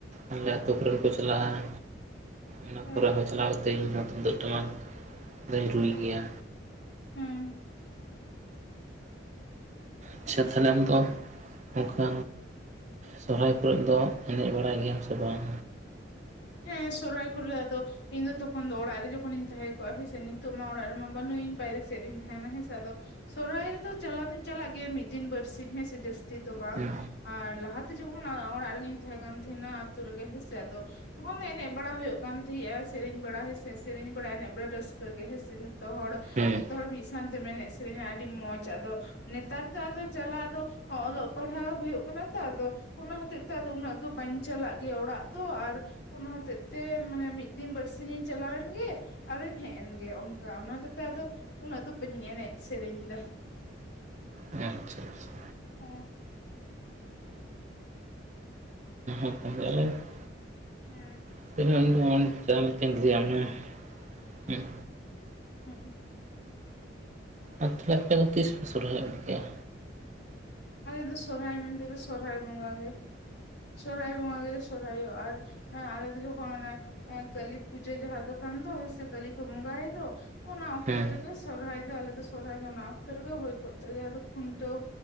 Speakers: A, on the right; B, on the left.
A: ᱟᱞᱮ ᱟᱹᱛᱩ ᱠᱚ ᱨᱮᱱ ᱠᱚ ᱪᱟᱞᱟᱜᱼᱟ᱾ ᱚᱱᱟ
B: ᱦᱳᱭᱛᱚ
A: ᱠᱚᱨᱮ ᱦᱚᱸ ᱪᱟᱞᱟᱣ ᱠᱟᱛᱮ ᱤᱧᱦᱚᱸ ᱛᱩᱢᱫᱟᱹᱜ ᱴᱟᱢᱟᱠ ᱫᱚᱧ ᱨᱩᱭ ᱜᱮᱭᱟ᱾
B: ᱦᱩᱸ
A: ᱟᱪᱪᱷᱟ ᱛᱟᱦᱞᱮ ᱟᱢᱫᱚ ᱚᱱᱠᱟᱼᱼ ᱥᱚᱦᱨᱟᱭ ᱠᱚᱨᱮ ᱫᱚ ᱮᱱᱮᱡ ᱵᱟᱲᱟᱭ ᱜᱮᱭᱟᱢ ᱥᱮ ᱵᱟᱝ?
B: ᱦᱮᱸ ᱥᱚᱦᱨᱟᱭ ᱠᱚᱨᱮ ᱟᱫᱚᱼᱼ ᱤᱧ ᱫᱚ ᱛᱚᱠᱷᱚᱱ ᱫᱚ ᱚᱲᱟᱜ ᱨᱮ ᱡᱚᱠᱷᱚᱱᱤᱧ ᱛᱟᱦᱮᱸ ᱠᱚᱜᱼᱟ, ᱦᱮᱸ ᱥᱮ ᱱᱤᱛᱚᱜ ᱢᱟ ᱚᱲᱟᱜ ᱨᱮᱢᱟ ᱵᱟᱹᱱᱩᱧ ᱵᱟᱭᱨᱮ ᱥᱮᱫ ᱤᱧ ᱛᱟᱦᱮᱱᱟ ᱦᱮᱸ ᱥᱮ ᱟᱫᱚᱼᱼ ᱥᱚᱦᱨᱟᱭ ᱨᱮᱫᱚ ᱪᱟᱞᱟᱣ ᱫᱚᱧ ᱪᱟᱞᱟᱜ ᱜᱮᱭᱟ ᱢᱤᱫ ᱫᱤᱱ ᱵᱟᱨᱥᱤᱧ ᱦᱮᱸᱥᱮ ᱡᱟᱹᱥᱼᱼ ᱛᱤ ᱫᱚ ᱵᱟᱝ
A: ᱦᱮᱸ
B: ᱟᱨ ᱞᱟᱦᱟᱛᱮ ᱡᱚᱠᱷᱚᱱ ᱚᱲᱟᱜ ᱨᱮᱜᱤᱧ ᱛᱟᱦᱮᱸ ᱠᱟᱱ‌ ᱛᱟᱦᱮᱱᱟ, ᱟᱹᱛᱳ ᱨᱮᱜᱮ ᱦᱮᱸᱥᱮ ᱟᱫᱚ ᱼᱼ ᱛᱚᱠᱷᱚᱱ ᱫᱚ ᱮᱱᱮᱡ ᱵᱟᱲᱟ ᱦᱩᱭᱩᱜ ᱠᱟᱱ ᱛᱟᱦᱮᱸᱜᱼᱟ, ᱥᱮᱨᱮᱧ ᱵᱟᱲᱟ ᱦᱮᱥᱮ ᱥᱮᱨᱮᱧ ᱵᱟᱲᱟ ᱮᱱᱮᱡ ᱵᱟᱲᱟ ᱨᱟᱹᱥᱠᱟᱹ ᱜᱮ ᱦᱮᱸ ᱥᱮ ᱡᱷᱚᱛᱚ ᱦᱚᱲᱼᱼ
A: ᱦᱮᱸ
B: ᱡᱚᱛᱚ ᱦᱚᱲ ᱢᱤᱫ ᱥᱟᱶᱛᱮᱢ ᱮᱱᱮᱡ ᱥᱮᱨᱮᱧᱟ ᱟᱹᱰᱤ ᱢᱚᱸᱡᱽ ᱟᱫᱚᱼᱼ ᱱᱮᱛᱟᱨ ᱫᱚ ᱟᱫᱚ ᱪᱟᱞᱟᱜ ᱟᱫᱚ ᱚᱞᱚᱜ ᱯᱟᱲᱦᱟᱣ ᱦᱩᱭᱩᱜ ᱠᱟᱱᱟ ᱛᱚ ᱟᱫᱚᱼᱼ ᱚᱱᱟ ᱦᱚᱛᱮᱡ ᱛᱮ ᱟᱫᱚ ᱩᱱᱟᱹᱜ ᱫᱚ ᱵᱟᱹᱧ ᱪᱟᱞᱟᱜ ᱜᱮᱭᱟ ᱚᱲᱟᱜ ᱫᱚ ᱟᱨᱼᱼ ᱚᱱᱟ ᱦᱚᱛᱮᱡ ᱛᱮ ᱢᱟᱱᱮ ᱢᱤᱫ ᱫᱤᱱ ᱵᱟᱨᱥᱤᱧ ᱤᱧ ᱪᱟᱞᱟᱣᱮᱱ ᱜᱮ᱾ ᱟᱨᱚᱧ ᱦᱮᱡ ᱮᱱᱜᱮ ᱚᱱᱠᱟ, ᱚᱱᱟ ᱛᱚ ᱟᱫᱚ ᱩᱱᱟᱹᱜ ᱫᱚ ᱵᱟᱹᱧ ᱮᱱᱮᱡ ᱥᱮᱨᱮᱧ ᱮᱫᱟ᱾
A: ᱟᱪᱪᱷᱟ ᱟᱪᱪᱷᱟ᱾
B: ᱦᱮᱸ
A: <unintelligible>
B: ᱦᱮᱸ
A: <unintelligible> ᱦᱩᱸ
B: ᱦᱮᱸ᱾
A: ᱟᱨ ᱛᱟᱦᱚᱞᱮ ᱟᱯᱮ ᱫᱚ ᱛᱤᱥ ᱯᱮ ᱥᱚᱦᱨᱟᱭᱚᱜ ᱜᱮᱭᱟ?
B: ᱟᱞᱮ ᱫᱚ ᱥᱚᱨᱦᱟᱭ ᱢᱮᱱᱛᱮ ᱫᱚ ᱥᱚᱨᱦᱟᱭ ᱵᱚᱸᱜᱟ ᱜᱮ, ᱥᱚᱨᱦᱟᱭ ᱵᱚᱸᱜᱟ ᱜᱮᱞᱮ ᱥᱚᱨᱦᱟᱭᱚᱜ ᱟᱨᱼᱼ ᱮᱸ ᱟᱞᱮ ᱫᱚ ᱡᱚᱠᱷᱚᱱ ᱚᱱᱮ ᱠᱟᱹᱞᱤ ᱯᱩᱡᱟᱹ ᱡᱟᱦᱟᱸ ᱫᱚᱠᱟᱱ ᱫᱚ ᱥᱮ ᱠᱟᱹᱞᱤ ᱠᱚ ᱵᱚᱸᱜᱟᱭᱮ ᱫᱚ᱾ ᱚᱱᱟ ᱚᱠᱛᱚ
A: ᱦᱮᱸ
B: ᱨᱮᱜᱮ ᱥᱚᱨᱦᱟᱭ ᱫᱚ ᱟᱞᱮ ᱫᱚ ᱥᱚᱨᱦᱟᱭ ᱫᱚ ᱚᱱᱟ ᱚᱠᱛᱚ ᱨᱮᱜᱮ ᱦᱩᱭ ᱠᱚᱜ ᱛᱟᱞᱮᱭᱟ ᱟᱫᱚ ᱠᱷᱩᱱᱴᱟᱹᱣ